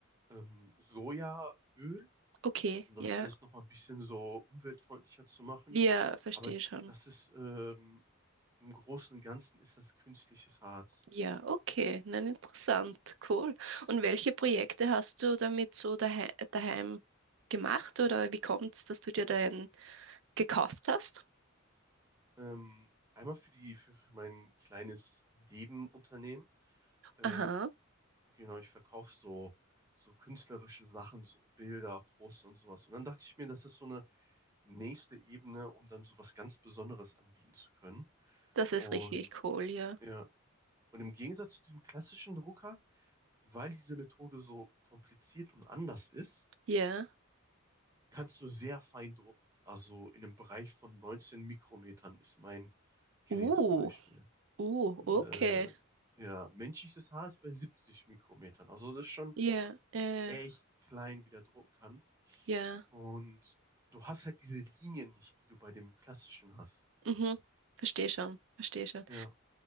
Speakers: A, on the right; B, on the right.
A: ähm, Sojaöl,
B: Okay,
A: um das
B: ja.
A: alles noch mal ein bisschen so umweltfreundlicher zu machen.
B: Ja, verstehe
A: Aber
B: schon.
A: das ist ähm, im Großen und Ganzen ist das künstliches Harz.
B: Ja, okay. Nein, interessant. Cool. Und welche Projekte hast du damit so daheim, daheim gemacht oder wie kommt es, dass du dir deinen gekauft hast?
A: Ähm, einmal für die für, für mein kleines Nebenunternehmen. Ähm,
B: Aha.
A: Genau, ich verkaufe so, so künstlerische Sachen, so Bilder, Poster und sowas. Und dann dachte ich mir, das ist so eine nächste Ebene, um dann so was ganz Besonderes anbieten zu können.
B: Das ist
A: Und
B: richtig cool, ja.
A: ja, und im Gegensatz zu diesem klassischen Drucker, weil diese Methode so kompliziert und anders ist,
B: Ja.
A: kannst du sehr fein drucken. Also in einem Bereich von 19 Mikrometern ist mein Gerät
B: Uh,
A: zum Beispiel.
B: uh,
A: Und,
B: okay.
A: äh, ja, menschliches Haar ist bei 70 Mikrometern. Also das ist schon
B: Ja, äh,
A: echt klein, wie der drucken kann.
B: ja.
A: Und du hast halt diese Linien nicht, die du bei dem klassischen hast.
B: Mhm. Verstehe schon, verstehe schon.
A: Ja,